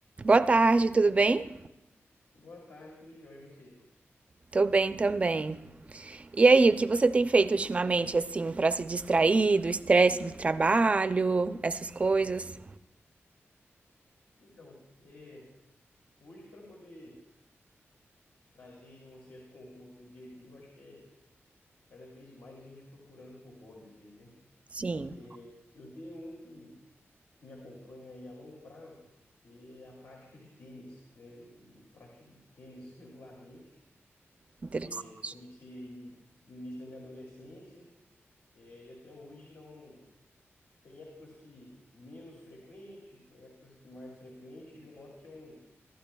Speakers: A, on the right; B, on the left.
A: Boa tarde, tudo bem?
B: Boa tarde, tudo jóia, e você?
A: Tô bem também. E aí, o que você tem feito ultimamente, assim, pra se distrair do estresse do trabalho, essas coisas?
B: Então, é, hoje para poder trazer aí um certo conforto no dia a dia, eu acho que é cada vez mais a gente procurando por hobbies aí, né?
A: Sim,
B: É, eu tenho um que, que me acompanha aí a longo prazo, que é a prática de tênis, né? Eu pratico tênis regularmente,
A: interessante.
B: é, comecei aí no início da minha adolescência, é, e até hoje não... Tem épocas que menos frequente, tem épocas que mais frequente, e eu noto que é um